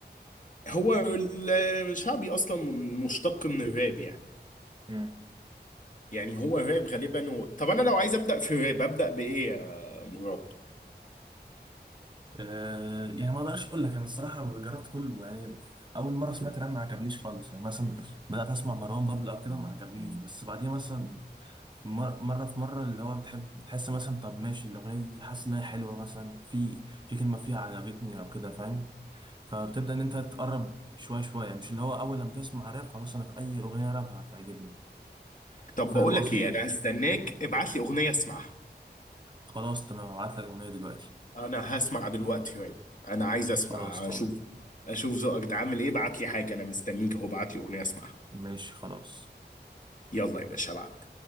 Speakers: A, on the left (about 45°); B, on the right (about 25°).
A: هو ال- الشعبي اصلا من- مشتق من الراب يعني
B: امم
A: يعني هو الراب غالبا و... طب انا لو عايز ابدا في الراب ابدا بايه يا مراد
B: آه، يعني ما اقدرش اقول لك انا الصراحه جربت كله يعني اول مره سمعت راب ما عجبنيش خالص يعني مثلا بدات اسمع مروان بابلو او كده ما عجبنيش بس بعديها مثلا مر- مره في مره اللي هو بتحب بتحس مثلا طب ماشي الاغنيه دي حاسس انها حلوه مثلا في في كلمه فيها عجبتني او كده فاهم فبتبدأ إن أنت تقرب شوية شوية مش اللي هو أول لما تسمع راب خلاص أنا أي أغنية راب هتعجبني
A: طب
B: فاهم
A: بقول
B: قصدي؟
A: لك ايه انا هستناك ابعت لي اغنيه اسمعها
B: خلاص تمام هبعت لك أغنية دلوقتي
A: انا هسمع دلوقتي واد انا عايز اسمع
B: خلاص تمام
A: اشوف اشوف ذوقك ده عامل ايه ابعت لي حاجه انا مستنيك اهو ابعت لي اغنيه اسمعها
B: ماشي خلاص
A: يلا يا باشا ابعت